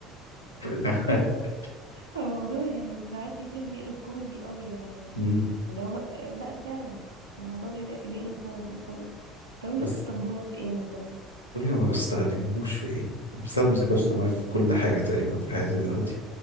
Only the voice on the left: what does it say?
<laughs>
مم.
بس
قولي ما بستخدمهوش في ايه؟ انا بستخدم الذكاء
الاصطناعي في كل حاجه تقريبا في حياتي دلوقتي